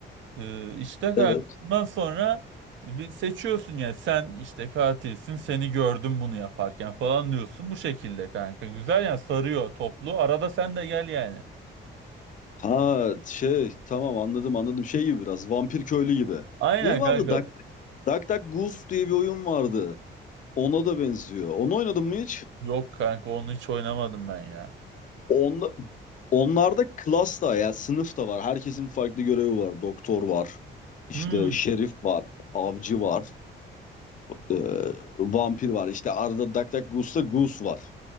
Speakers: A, on the right; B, on the left.
A: Ee, işte kanka
B: Evet.
A: bundan sonra e, bir seçiyorsun yani sen işte katilsin seni gördüm bunu yaparken falan diyorsun bu şekilde kanka. Güzel yani sarıyor toplu arada sen de gel yani.
B: Ha şey tamam anladım anladım. Şey gibi biraz vampir köylü gibi.
A: Aynen
B: Ney vardı?
A: kanka.
B: Duck, Duck Duck Goose diye bir oyun vardı. Ona da benziyor. Onu oynadın mı hiç?
A: Yok kanka onu hiç oynamadım ben ya.
B: Onda, onlarda klas da ya sınıf da var. Herkesin farklı görevi var. Doktor var. İşte
A: Hmm.
B: şerif var. Avcı var. e, vampir var. İşte Arda DuckDuckGoos'ta Goose var.